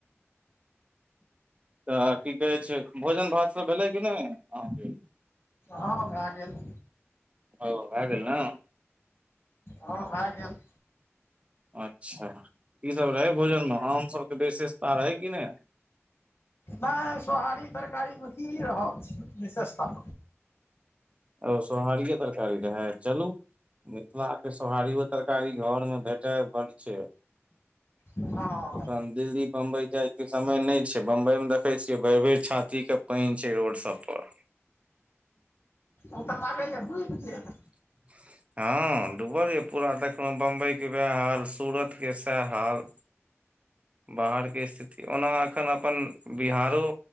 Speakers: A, on the right (about 25°); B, on the left (about 55°).
A: तऽ की कहै छै भोजन भात सब भेलै कि नहि अहाँके
B: हँ भै गेल
A: ओ भए गेल ने
B: हँ भै गेल
A: अच्छा की सभ रहै भोजन मे आम सभके विशेषता रहै कि नहि
B: नहि सोहारी तरकारी मे की रहत विशेषता
A: ओ सोहारिये तरकारी रहै चलू मिथिलाके सोहारियो तरकारी घरमे भेटय बड्ड छै
B: हँ
A: एखन दिल्ली बम्बइ जाय के समय नहि छै बम्बइ मे देखै छियै भरि भरि छाती के पइन छै रोड सब पर
B: ओ तऽ लागैये डुबि गेल
A: <inaudible> हँ डूबल ये पूरा देखलौं बंबई के वएह हाल सूरत के सएह हाल बाहरके स्थिति ओना एखन अपन बिहारो